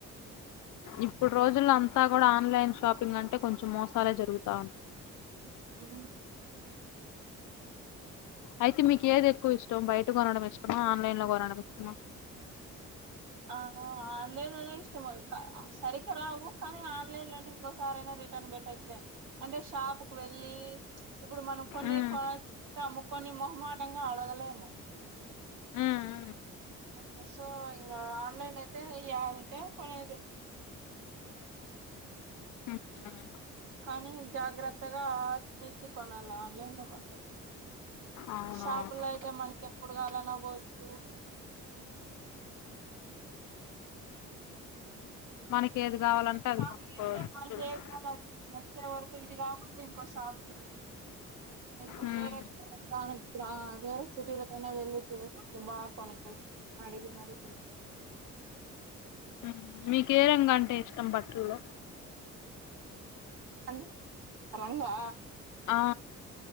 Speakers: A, on the left; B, on the right.
A: ఇప్పుడు రోజుల్లో అంతా కూడా ఆన్లైన్ షాపింగ్ అంటే కొంచెం మోసాలే జరుగుతా ఉన్
B: ఊ
A: అయితే మీకు ఏది ఎక్కువ ఇష్టం బయట కొనడం ఇష్టమా ఆన్లైన్ లో కొనడం ఇష్టమా
B: ఆ ఆన్లైన్ లోనే ఇష్టం మో ఆ క సరిక రావు కానీ ఆన్లైన్ లోనే ఇంకో సారైనా రిటర్న్ పెట్టొచ్చులే అంటే షాప్ కు వెళ్ళి ఇప్పుడు మనం కొన్ని
A: ఉమ్,
B: కొతాము కొన్ని మొహమాటంగా అడగలేము
A: ఉమ్, ఉమ్.
B: ఇంక సో ఇంగ ఆన్లైన్ అయితే యాది ఉంటే అది కొనేది
A: ఉహుం.
B: కానీ జాగ్రత్తగా ఆచిచి కొనాల ఆన్లైన్ లో కొంటే
A: అవునవును
B: షాపుల్లో అయితే మనకి ఎప్పుడు కావాలన్నా పోవచ్చు
A: మనకి ఏది కావాలంటే
B: <unintelligible>
A: అది కొనుక్కోవచ్చు
B: మనకి
A: చూసి.
B: ఏది కావాలో అది తే వరకు ఇది కాకుండా ఇంకో షాప్ లు వెతులు ఇంకో
A: ఉమ్
B: వేరే దానికి బ్రా వేరే చిటీలకైనా వెళ్ళి చేస్తే బా కొనుక్కోవచ్చు అడిగి మరి
A: ఉ మీకే రంగు అంటే ఇష్టం బట్టల్లో
B: అండి రంగా
A: ఆ